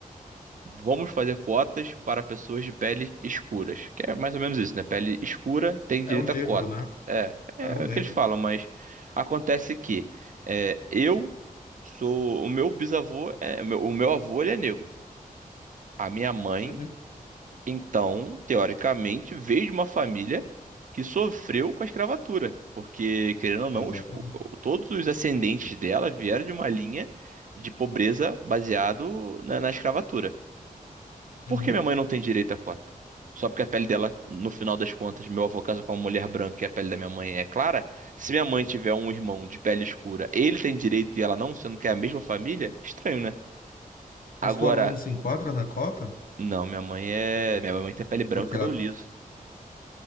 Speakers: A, on the right (about 60°); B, on the left (about 75°).
A: vamos fazer cotas para pessoas de pele escuras, que é mais ou menos isso, né? Pele escura tem direito
B: É o negro,
A: a cota.
B: né?
A: É, é
B: É o negro.
A: o que eles falam, mas acontece que é, eu sou, o meu bisavô, é, o meu, o meu avô ele é negro, a minha mãe
B: Uhum.
A: então, teoricamente, veio de uma família que sofreu com a escravatura, porque, querendo ou não,
B: Exatamente.
A: os- o- o- todos os ascendentes dela vieram de uma linha de pobreza baseado na, na escravatura. Por
B: Uhum.
A: que minha mãe não tem direito à cota? Só porque a pele dela, no final das contas, meu avô casa com uma mulher branca e a pele da minha mãe é clara. Se minha mãe tiver um irmão de pele escura, ele tem direito e ela não, sendo que é a mesma família? Estranho, né? Agora,
B: Mas tua mãe não se enquadra na cota?
A: não, minha mãe é. Minha mãe tem pele branca,
B: Porque
A: cabelo
B: ela.
A: liso.